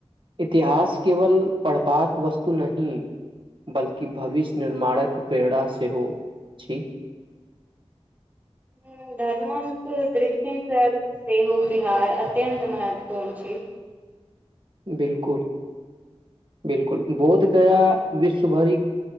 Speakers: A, on the right; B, on the right.
A: इतिहास केवल पढ़बाक वस्तु नही बल्कि भविष्य निर्माणक प्रेरणा सेहो छै
B: ह धर्मक दृष्टिसँ सेहो बिहार अत्यंत महत्वपूर्ण छै
A: बिल्कुल बिलकुल बौद्ध गया विश्व भरि